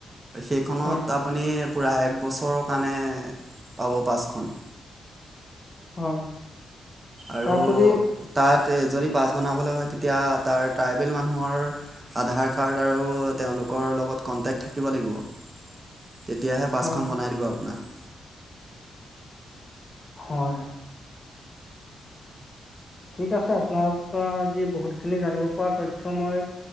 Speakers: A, on the right; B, on the left.
A: সেইখনত
B: হয়।
A: আপুনি পুৰা এক বছৰৰ কাৰণে পাব পাচখন।
B: হয়।
A: আৰু
B: তাত যদি
A: তাত যদি পাচ বনাবলৈ হয়। তিয়া তাৰ ট্টাইবেল মানুহৰ আধাৰ কাৰ্ড আৰু তেওঁলোকৰ লগত কনটেক্ট থাকিব লাগিব। তেতিয়াহে পাঁচখন
B: হয়
A: বনাই দিব আপোনাক।
B: হয়। ঠিক আছে আপোনাৰ পৰা আজি বহুতখিনি জানিব পৰা তথ্য মই